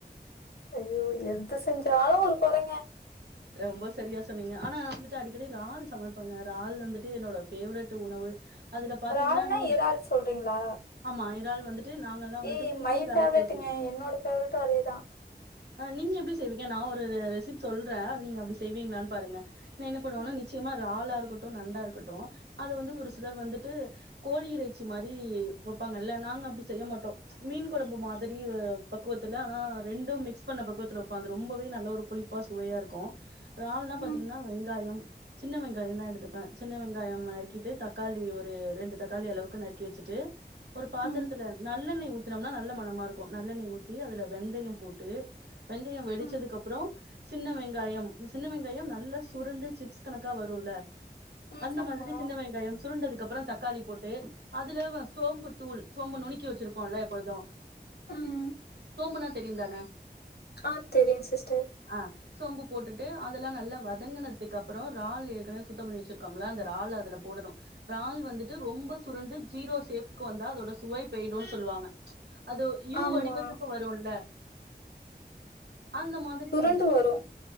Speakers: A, on the left; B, on the right.
A: ஐயோ எதுத செஞ்சாலு ஒரு கொறெங்க
B: ரெம்ப சரியா சொன்னீங்க ஆனா வந்துட்டு அடிக்கடி றால் சமைப்பங்க றால் வந்துட்டு என்னோட ஃபேவரட் உணவு அதுல பாத்தீங்கன்னா
A: இறால்னா
B: நீ
A: இறால் சொல்றீங்ளா
B: ஆமா இறால் வந்துட்டு நாங்கலாம் வந்துட்டு
A: ஏ
B: புளி
A: மை ஃபேவரட்டுங்க
B: கரைச்சு ஊத்தி
A: என்னோட ஃபேவரட்டு அதேதா
B: நீங்க எப்டி செய்வீங்க நா ஒரு ரெசிபி சொல்றே அது நீங்க அப்டி செய்வீங்ளான் பாருங்க என்ன பண்ணுவேனா
A: ம்,
B: நிச்சயமா ராலா இருக்கட்டு நண்டாருக்கட்டு அத வந்து
A: ம்,
B: ஒரு சிலர் வந்துட்டு கோழி இறைச்சி மாரி வப்பாங்கல்ல நாங்க அப்டி செய்ய மாட்டோ மீன் கொழம்பு மாதிரி பக்குவத்துல ஆ ரெண்டு மிக்ஸ் பண்ண பக்குவத்துல வப்போ அது ரொம்பவே நல்ல ஒரு புளிப் பா சுவையா இருக்கு றால்னா
A: ம்,
B: பாத்தீங்னா வெங்காயோ சின்ன வெங்காயந்தா எடுத்துப்பே சின்ன வெங்காயம் நறுக்கிட்டு தக்காளி ஒரு ரெண்டு தக்காளி அளவுக்கு நறுக்கி வச்சுட்டு ஒரு பாத்துரத்துல
A: ம்,
B: நல்லெண்ணை ஊத்தினம்னா நல்ல மனமா இருக்கோ நல்லெண்ணெய் ஊத்தி அதுல வெந்தயம் போட்டு வெந்தய வெடிச்சதுக்கப்ரோ
A: ம்,
B: சின்ன வெங்காயம் சின்ன வெங்காயம் நல்ல சுரண்டு சிப்ஸ் கணக்கா வருல்ல
A: ம்.
B: அந்த
A: ஆமா.
B: மாதிரி சின்ன வெங்காயம் சுருண்டதுக்கப்ரோ தக்காளி போட்டு அதுல வ சோம்பு தூள் சோம்பு நுனுக் கி வச்சிருப்போல எப்பொழுதோ
A: ம்.
B: சோம்புநா தெரியுந்தான
A: ஆ தெரியு சிஸ்டர்
B: ஆ சோம்பு போட்டுட்டு அதெல்லா நல்லா வதங்குனதுக்கப்றோ இறால் ஏற்கனவே சுத்தம் பண்ணி வச்சிருக்கோம்ல அந்த இறால அதுல போடனு இறால் வந்துட்டு ரொம்ப சுருண்டு ஜீரோ சேபுக்கு வந்தா அதோட சுவை போயிடுனு சொல்லுவாங்க அது ஒ யூ
A: ஆமா.
B: வடிவத்துக்கு வறோல்ல அந்த மாதிரி வரு
A: ண்டு வரு